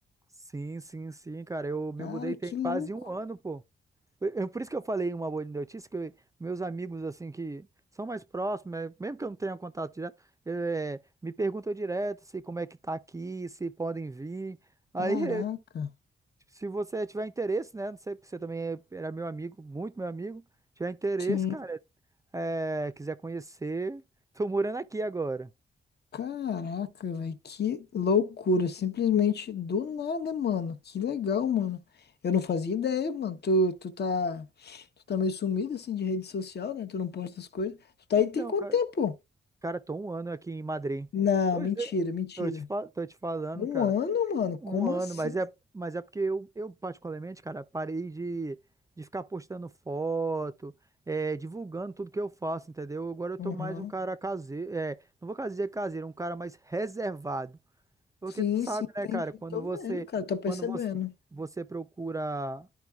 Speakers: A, on the right; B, on the left.
A: Sim, sim, sim, cara. Eu me
B: Cara,
A: mudei tem
B: que
A: quase
B: louco.
A: um ano, pô. Eu, eu- por isso que eu falei uma boa notícia, que eu- meus amigos, assim, que são mais próximos, é, mesmo que eu não tenha contato direto, é, me perguntam direto se como é que tá aqui, se podem vir. Aí,
B: Caraca.
A: <laughs> é, se você tiver interesse, né? Não sei, porque você também é- era meu amigo, muito meu amigo. Tiver interesse,
B: Sim.
A: cara, é, quiser conhecer, tô morando aqui agora.
B: Caraca, velho, que loucura, simplesmente do nada, mano. Que legal, mano. Eu não fazia ideia, mano. Tu, tu tá, tu tá meio sumido assim de rede social, né? Tu não posta as coisas. Tu tá
A: Então,
B: aí tem quanto
A: cara.
B: tempo?
A: Cara, tô um ano aqui em Madrid.
B: Não,
A: Pois
B: mentira,
A: é,
B: mentira.
A: tô te, fa- tô te falando,
B: Um
A: cara.
B: ano, mano? Como
A: Um ano,
B: assim?
A: mas é, mas é porque eu, eu particularmente, cara, parei de, de ficar postando foto, é, divulgando tudo que eu faço, entendeu? Agora eu tô
B: Aham.
A: mais um cara caseiro, é, não vou dizer caseiro, um cara mais reservado. Porque
B: Sim,
A: tu sabe,
B: sim, entendi.
A: né, cara, quando
B: Tô
A: você,
B: vendo, cara, tô percebendo.
A: quando você, você procura,